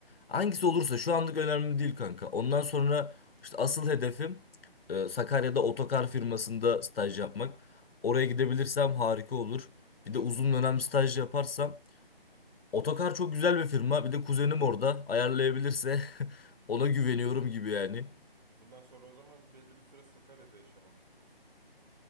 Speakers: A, on the left (about 70°); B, on the right (about 45°).
A: Hangisi
B: He.
A: olursa şu anlık önemli değil kanka. Ondan sonra işte asıl hedefim e, Sakarya'da otokar firmasında staj yapmak. Oraya gidebilirsem harika olur.
B: Niye
A: Bir de uzun
B: Sakarya
A: dönem
B: istiyorsun
A: staj yaparsam
B: ki?
A: Otokar çok güzel bir firma. Bir de kuzenim orada. Ayarlayabilirse <laughs> ona güveniyorum gibi yani.
B: Bundan sonra o zaman belli bir süre Sakarya'da yaşamak istiyorsun.